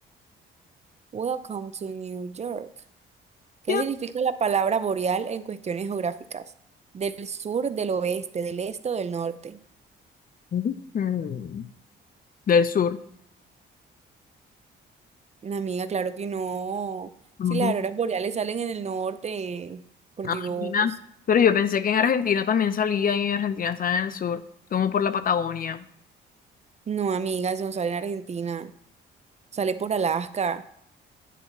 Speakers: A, on the right; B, on the left.
A: Welcome to New York. ¿Qué
B: Ya.
A: significa la palabra boreal en cuestiones geográficas? Del sur, del oeste, del este o del norte.
B: Ujú. Del sur.
A: Una amiga, claro que no.
B: ¿Cómo
A: Si las
B: que?
A: auroras boreales salen en el norte, por
B: Ay,
A: Dios.
B: mira. Pero yo pensé que en Argentina también salía y en Argentina está en el sur, como por la Patagonia.
A: No, amiga, eso no sale en Argentina, sale por Alaska.